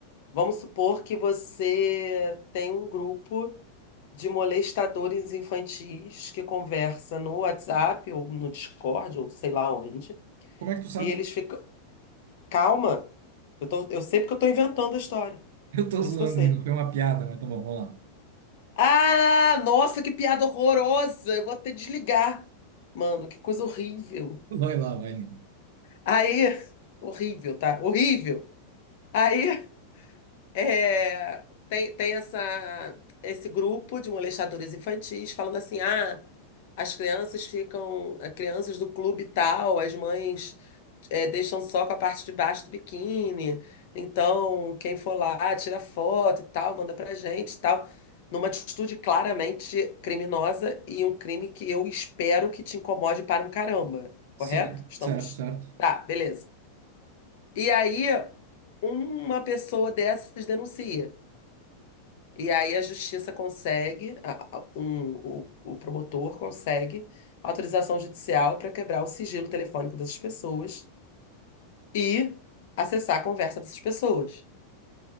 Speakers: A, on the left; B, on the right.
A: Vamos supor que você tem um grupo. de molestadores infantis que conversa no WhatsApp ou no Discord ou sei lá onde.
B: Como é que tu sabe?
A: E eles ficam. Calma, eu tô... eu sei porque eu tô inventando a história.
B: <laughs> Eu tô
A: Por
B: zoando,
A: isso que eu sei.
B: Nino. Foi uma piada, mas tá bom, vamos lá.
A: Ah, nossa, que piada horrorosa! Eu vou até desligar. Mano, que coisa horrível.
B: Vai lá, vai, Nino.
A: Aí, horrível, tá? Horrível. Aí É, tem, tem essa, esse grupo de molestadores infantis falando assim: ah, as crianças ficam, as crianças do clube tal, as mães é, deixam só com a parte de baixo do biquíni, então quem for lá tira foto e tal, manda pra gente e tal. Numa atitude claramente criminosa e um crime que eu espero que te incomode para um caramba, correto?
B: Sim,
A: Estamos.
B: certo, certo.
A: Tá, beleza. E aí, uma pessoa dessas denuncia. E aí a justiça consegue, a- a- um- o, o promotor consegue autorização judicial para quebrar o sigilo telefônico dessas pessoas e acessar a conversa dessas pessoas.